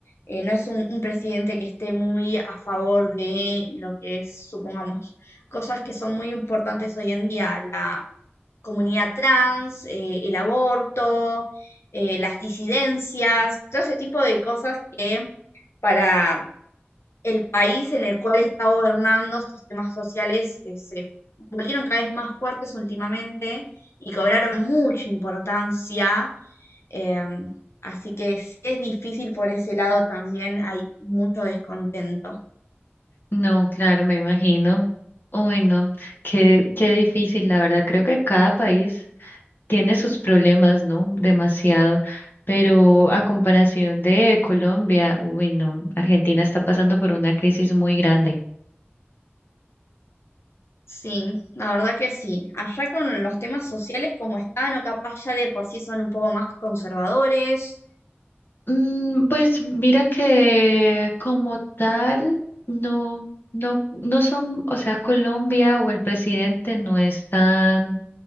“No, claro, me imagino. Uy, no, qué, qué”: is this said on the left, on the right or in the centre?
Left